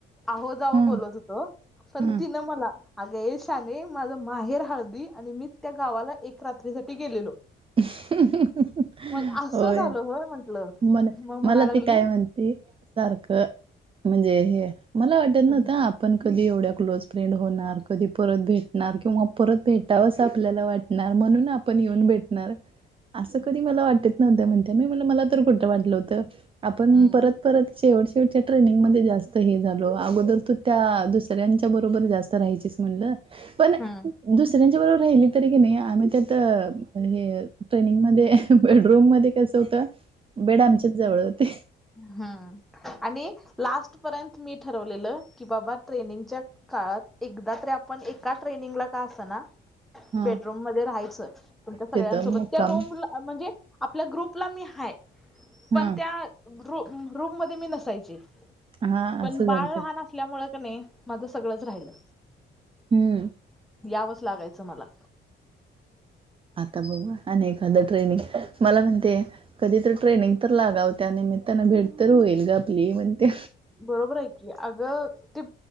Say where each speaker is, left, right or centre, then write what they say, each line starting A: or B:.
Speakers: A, in the centre; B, on the right (about 25°).
A: आहो जावो
B: हं,
A: बोलत हुतो पण
B: हं.
A: तिनं मला अगं ये श तांदळी माझ माहेर हळदी आणि मी त्या गावाला एक रात्रीसाठी गेलेलो.
B: हम्म हम्म हं हं
A: मग असं
B: होय
A: झालं म्हंटलं
B: मन..
A: मग म्हणा
B: मला
A: लागली
B: ती काय म्हणती सारखं.. म्हणजे हे मला वाटत नव्हतं
A: हम्म
B: आपल आपण कधी एवढ्या क्लोज फ्रेंड होणार कधी परत भेटणार किंवा परत भेटावं असं आपल्याला वाट णार म्हणून आपण येऊन भेट असं कधी मला वाटत नव्हत म्हणत म म्ह मला तर कुठं वाटलं होतं. आपण
A: हम्म
B: परत परत शेवट शेवटच्या ट्रेनिंगमध्येध्ये जास्त हे झालो अगोदर तू त्या दुसऱ्यांच्या बरोबर जास्त राहायचीस म्ह पण
A: हम्म
B: दुसऱ्यांच्या बरोबर राहिली तरी क नाही आम्ही त्यात हे ट्रेनिंग मध्ये बेडरूम मध्ये कसं होतं बेड आमच्याच जवळ होते.
A: ह् आणि लास्ट पर्यंत मी ठरवलेलं की बाबा ट्रेनिंगच्या काळात एकदा तरी आपण एका ट्रेनिंगला का अस ना
B: हां.
A: बेडरूम मध्ये राहायचं पण त्या सगळ्यांसोबत
B: तिथं मुक्काम.
A: त्या रूमला म्हणजे आपल्या ग्रुपला मी हाय पण
B: हां.
A: त्या र रूम मध्ये मी नसायचे
B: हां,
A: पण
B: असं
A: बाळ
B: झालतं.
A: लाहान ल्यामुं नाही माझं सगळंच राहिलं.
B: हम्म
A: यावच लागल तुम्हाला.
B: आता बघ आणि एखादं ट्रेनिंग मला म्हणते. कधी तर ट्रेनिंग तर लागाव त्या नि. मित्तानं भेट तर होईल ग आपली म्हणते
A: बरोबर आहे की अग ते